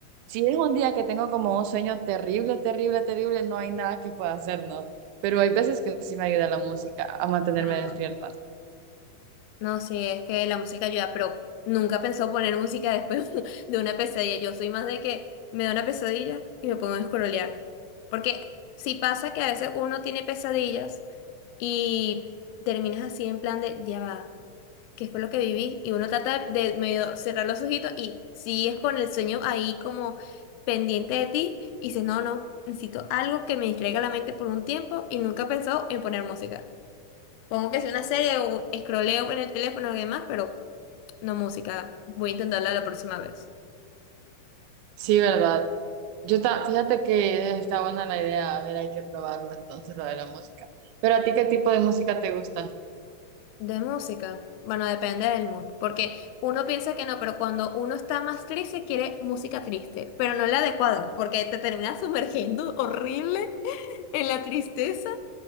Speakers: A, on the right; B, on the left.
A: Si es un día que tengo como un sueño terrible, terrible, terrible, no hay nada que pueda hacer, ¿no? Pero hay veces que sí me ayuda la música a mantenerme
B: Ah.
A: despierta.
B: No, sí, es que la música ayuda, pero nunca pensó poner música después <laughs> de una pesadilla. Yo soy más de que me da una pesadilla y me pongo a escrolear. Porque sí pasa que a veces uno tiene pesadillas y terminas así en plan de, ya va. que fue lo que viví, y uno trata de medio cerrar los ojitos y sigues con el sueño ahí como pendiente de ti y dices, no, no, necesito algo que me distraiga la mente por un tiempo y nunca he pensado en poner música. Pongo que sea una serie o escroleo en el teléfono y demás, pero no música. Voy a intentarla la próxima vez.
A: Sí, ¿verdad? Yo ta- fíjate que está buena la idea, a ver, hay que probarlo entonces lo de la música. Pero a ti, ¿qué tipo de música te gusta?
B: De música. Bueno, depende del mood, porque uno piensa que no, pero cuando uno está más triste quiere música triste, pero no la adecuada, porque te terminas sumergiendo horrible en la tristeza.